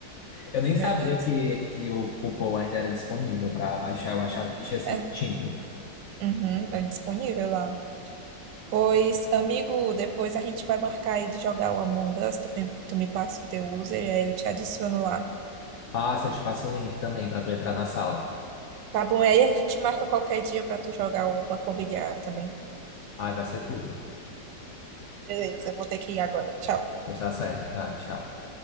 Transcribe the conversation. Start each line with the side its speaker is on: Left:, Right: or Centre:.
Left: Eu nem
Right: Meu
Left: sabia
Right: Deus.
Left: que, que o, o Paul ainda era disponível para baixar, eu achava que tinha sido
Right: É,
Left: extinto.
Right: uhum, é disponível lá. Pois, amigo, depois a gente vai marcar aí de jogar o Among Us, tu, pe- tu me passa o teu user e aí eu te adiciono lá.
Left: Passa, eu te passo o link também para tu entrar na sala.
Right: Tá bom, e aí a gente marca qualquer dia pra tu jogar o Banco Imobiliário também.
Left: Ai, vai ser tudo.
Right: Beleza, eu vou ter que ir agora. Tchau.
Left: Pois tá certo, tá? Tchau.